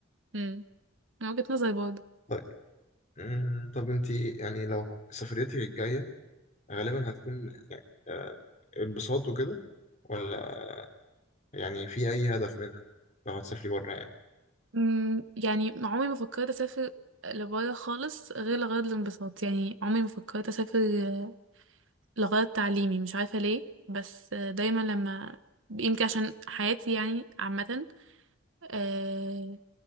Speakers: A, on the right (about 65°); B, on the left (about 35°).
A: مم. من وجهة نظري برضه
B: طيب امم طب انت يعني لو سفريتك الجايه غالبا هتكون يعني آه انبساط وكده ولا يعني في اي هدف منها لو هتسافري بره يعني
A: مم، يعني عمري ما فكرت اسافر لبره خالص غير لغرض الانبساط يعني عمري ما فكرت اسافر آه، لغرض تعليمي مش عارفه ليه بس آه، دايما لما يمكن عشان حياتي يعني عامه آه،